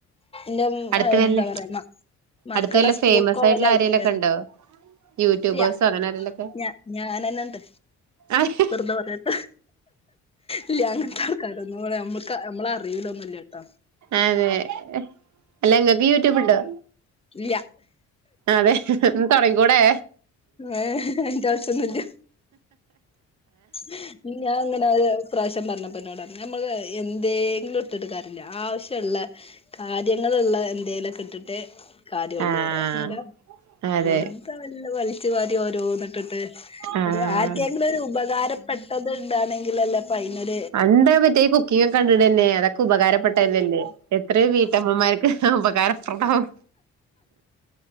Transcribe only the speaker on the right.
അടുത്ത
വല്ല
അടുത്ത വല്ല
ഫേമസ് ആയിട്ടുള്ള ആരേലൊക്കെ ഉണ്ടോ യൂട്യൂബേഴ്സോ
അങ്ങനെ ആരേലൊക്കെ
ആഹ്
അതെ അല്ല ഇങ്ങക്ക് യൂട്യൂബ് ഉണ്ടോ
അതെ ഒന്ന് തൊടങ്ങിക്കൂടെ
ആഹ്
അതെ
ആഹ്
അണ്ട പറ്റേ കുക്കിങ്ങ ഒക്കെ കണ്ടിട തന്നെ അതൊക്കെ ഉപകാരപ്പെട്ടതന്നല്ലേ എത്ര വീട്ടമ്മമാർക്ക് ഉപകാരപ്പെടം